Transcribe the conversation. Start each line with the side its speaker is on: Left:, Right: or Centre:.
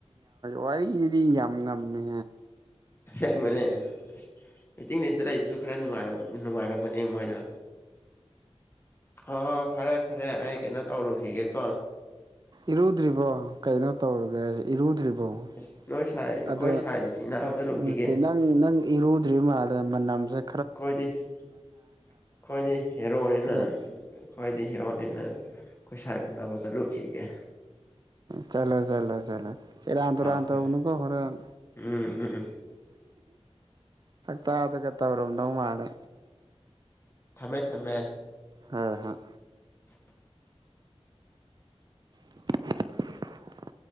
Right: ꯋꯥꯔꯤ ꯏꯔꯤ ꯌꯥꯝ ꯉꯝꯃꯦ
Left: ꯑ ꯃꯅꯦ ꯑꯁ ꯃꯤꯇꯤꯡꯅꯦꯁꯤꯇ ꯂꯩꯕꯁꯨ ꯈꯔ ꯅꯨꯡꯉꯥꯏꯔꯕꯅꯦ ꯃꯣꯏꯗꯣ ꯍꯣꯏ ꯍꯣꯏ ꯐꯔꯦ ꯐꯔꯦ ꯑꯩ ꯀꯩꯅꯣ ꯇꯧꯔꯨꯈꯤꯒꯦꯀꯣ
Right: ꯏꯔꯨꯗ꯭ꯔꯤꯕꯣ ꯀꯩꯅꯣ ꯇꯧꯔꯒꯦ ꯏꯔꯨꯗ꯭ꯔꯤꯕꯣ ꯑꯣ
Left: ꯑꯁ ꯅꯣꯏ ꯁꯥꯏ ꯑꯩꯈꯣꯏ
Right: ꯑꯗꯣ
Left: ꯁꯥꯏ ꯁꯤꯅꯥꯕ ꯆꯠꯂꯨꯈꯤꯒꯦ
Right: ꯅꯠꯇꯦ ꯅꯪ ꯅꯪ ꯏꯔꯨꯗ꯭ꯔꯤ ꯃꯥꯜ ꯃ ꯅꯝꯁ
Left: ꯑꯩꯈꯣꯏꯗꯤ ꯑꯩꯈꯣꯏꯗꯤ ꯍꯦꯔꯣꯅꯤꯅ
Right: ꯑꯗ
Left: ꯈꯈꯣꯏꯗꯤ ꯍꯦꯔꯣꯅꯤꯅ ꯑꯩꯈꯣꯏꯁꯥꯏ ꯎꯅꯕ ꯆꯠꯂꯨ ꯁꯤꯒꯦ
Right: ꯆꯂꯣ ꯆꯂꯣ ꯆꯂꯣ ꯔꯥꯟ ꯇ
Left: ꯍꯣꯏ
Right: ꯔꯥꯟ ꯇ
Left: ꯍꯣꯏ
Right: ꯎꯀꯣ ꯍꯔꯦꯟ
Left: ꯎꯝ ꯎꯝ ꯎꯝ
Right: ꯇꯥꯗꯒ ꯇꯧꯔꯝꯗꯧ ꯃꯥꯜꯂꯦ
Left: ꯊꯃꯦ ꯊꯝꯃꯦ
Right: ꯑ ꯍꯣꯏ <unintelligible>